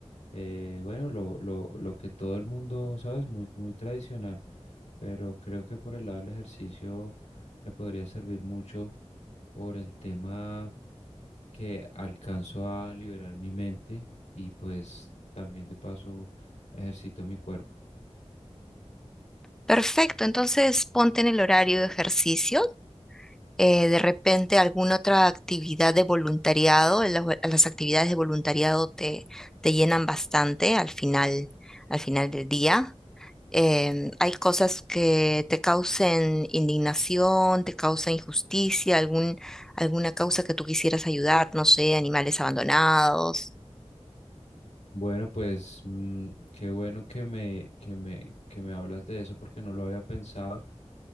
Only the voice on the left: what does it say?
eh, bueno, lo, lo, lo que todo el mundo, ¿sabes? Muy, muy tradicional, pero creo que por el lado del ejercicio me podría servir mucho por el tema que alcanzo a liberar mi mente y pues también de paso ejercito mi cuerpo.
Bueno, pues mm, qué bueno que me, que me, que me hablas de eso porque no lo había pensado.